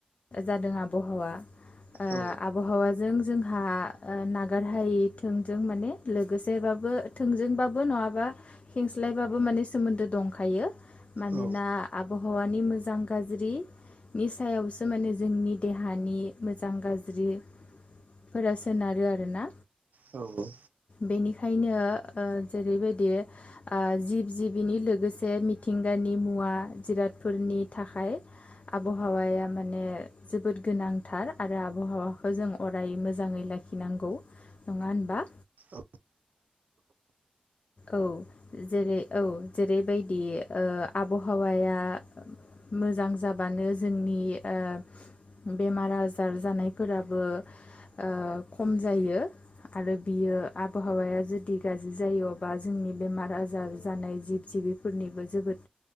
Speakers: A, on the left; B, on the right.
A: जादों आबहावा। ओ
B: औ
A: आबहावाजों जों हा नागार हायि थोंजों माने लोगोसेबाबो थोंजोंबाबो नङाबा हेंस्लायबाबो माने सोमोन्दो दंखायो। मानोना
B: औ
A: आब हावानि मोजां गाज्रिनि सायावसो माने जोंनि देहानि मोजां गाज्रि फोरा सोनारो आरोना।
B: औ।
A: बेनिखायनो ओ जेरैबायदि ओ जिब जिबिनि लोगोसे मिथिंगानि मुवा जिरादफोरनि थाखाय आबहावाया माने जोबोद गोनांथार आरो आबहावाखौ जों अराय मोजाङै लाखिनांगौ नङा होन बा?
B: औ।
A: औ जेरै औ जेरैबायदि ओ आबहावाया मोजां जाबानो जोंनि ओ बेमार आजार जानायफोराबो ओ खम जायो आरो बियो आबहावाया जुदि गाज्रि जायो बा जोंनि बेमार आजार जानाय जिब जिबिफोरनिबो जोबोद